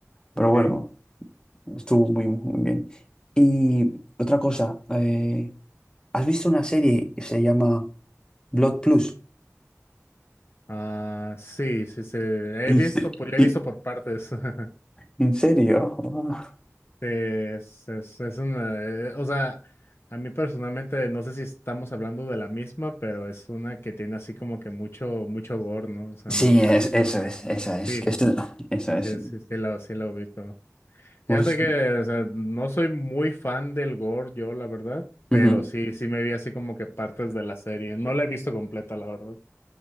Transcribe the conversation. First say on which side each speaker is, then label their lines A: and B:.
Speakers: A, on the left; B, on the left.
A: Pero
B: ok,
A: bueno, estuvo muy, muy bien. Y otra cosa... eh, ¿Has visto una serie que se llama Blood Plus?
B: Ah, sí, sí, sí, he
A: ¿En,
B: visto,
A: se-
B: pues le
A: y-
B: he visto por partes. <laughs>
A: en serio? <laughs>
B: Eh, Es, es, es una, eh, o sea, a mí personalmente no sé si estamos hablando de la misma, pero es una que tiene así como que mucho, mucho gore, ¿no? O sea,
A: Sí,
B: mucha,
A: es, eso es, esa
B: sí,
A: es, que es, esa
B: sí,
A: es.
B: sí, sí, sí la, sí la ubico.
A: Pues,
B: Fíjate que, o sea, no soy muy fan del gore, yo, la verdad, pero
A: ujú.
B: sí, sí me vi así como que partes de la serie. No la he visto completa, la verdad.